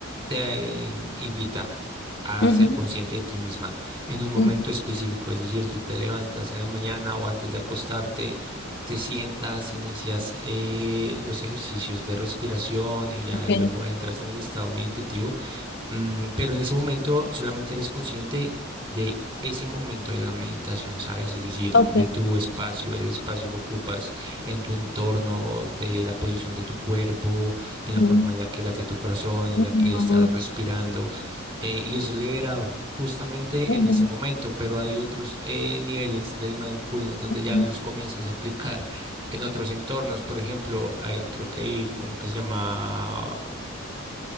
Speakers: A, on the right (about 25°); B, on the left (about 55°).
A: te eh, invita. a
B: Ujú,
A: ser consciente de ti misma en un momento
B: ujú,
A: específico, es decir, tú te levantas en la mañana o antes de acostarte, te sientas, inicias eh, los ejercicios de respiración y ya
B: ok,
A: luego entras en el estado meditativo. Mm, pero en ese momento solamente eres consciente de ese momento de la meditación, ¿sabes? Es decir,
B: ok.
A: de tu espacio, el espacio que ocupas en tu entorno, de la posición de tu cuerpo, de la
B: Ujú,
A: forma en la que late tu corazón, en
B: ujú,
A: la que estás respirando. eh, y eso es liberador. Justamente
B: ujú,
A: en ese momento, pero hay otros eh, niveles del mindfulness donde
B: ujú,
A: ya los comienzas a aplicar en otros entornos. Por ejemplo, hay- creo que hay uno que se llama